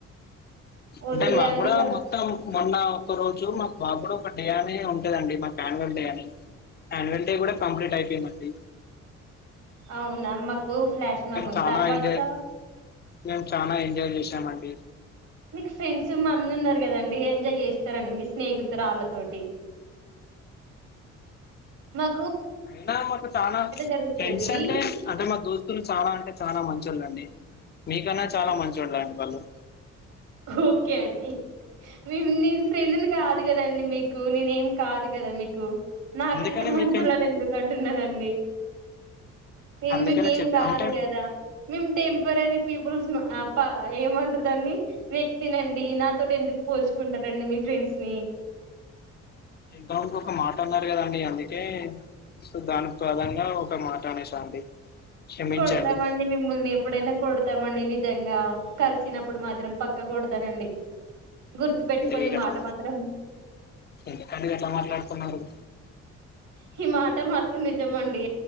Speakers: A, on the right; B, on the left.
A: వద్దులే
B: అంటే మా
A: అని
B: గూడా
A: ఇగ
B: మొత్తం మొన్న ఒక్క రోజు మాకు బాబ కూడా ఒక డియానీ ఉంటుంది ండి మాకు అనువల్ డే అని యాన్యువల్ డే కూడా కంప్లీట్ అయిపోయినది
A: అవునా మ పో ఫ్లష్ మాబన్
B: చాలా
A: తరువాత
B: ఎంజాయ్ మేము చానా ఎంజాయ్ చేసామ అండి
A: మీకు ఫ్రెండ్స్ మందు ఉన్నారు కదండి ఎంజాయ్ చేస్తారండి మీ స్నేహితురాళ్ళతోటి మ
B: అయినా మాకు చాల
A: జరుగుతది
B: ఫ్రెండ్స్ అంటే అంటే మా దోస్తులు చాలా అంటే చాలా మంచి వాళ్ళండి మీకన్నా చాలా మంచోల్లండి వాళ్ళు
A: ఓకే అండి మేము నేను ఫ్రెండ్ని కాదు కదా అండి మీకు నేనే ఏం కాదు కదా మీకు నాకంటే
B: అందుకనే
A: మంచోళ్ళని
B: మీక
A: ఎందుకు అంటున్నారండి. నేను
B: అందుకనే
A: మీకేం
B: చెప్పి
A: కాదు
B: అంటే
A: కదా మేం టెంపరరీ పీపుల్స్ ప ఏమంటారు దాన్ని వ్యక్తి నండి నాతోటి ఎందుకు పోల్చుకుంటారండి మీ ఫ్రెండ్స్ ని
B: ఇంత ముందు ఒక మాట అన్నారు కదండి. అందుకే సో దాని ప్రధంగా ఒక మాట అనేసా అండి. క్షమించండి
A: కొడతామండి మిమ్మల్ని ఎప్పుడైనా కొడతాం. మండి నిజంగా కలిసినప్పుడు మాత్రం పక్క కొడతానండి. గుర్తు పెట్టుకోండి
B: మీరు
A: ఈ
B: అట్ల
A: మాట మాత్రం
B: ఎందుకు అండి గట్ల మాట్లాడుతన్నారు.
A: హిమాచ్ మాత్రం నిజమండి.